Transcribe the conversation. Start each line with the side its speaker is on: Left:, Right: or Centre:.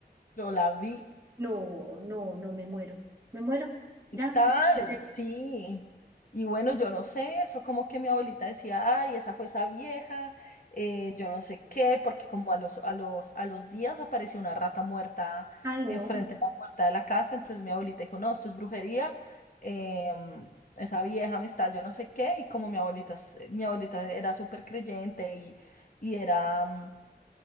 Left: yo la vi
Right: No, no, no, me muero. Me muero. Ya.
Left: Tal,
Right: me muero.
Left: sí. Y bueno, yo no sé, eso como que mi abuelita decía, ay, esa fue esa vieja, eh, yo no sé qué, porque como a los, a los, a los días apareció una rata muerta
Right: Ay, no.
Left: enfrente de la puerta de la casa, entonces mi abuelita dijo, no, esto es brujería, em, esa vieja me está, yo no sé qué, y como mi abuelita, es- mi abuelita era súper creyente y, y era, mm,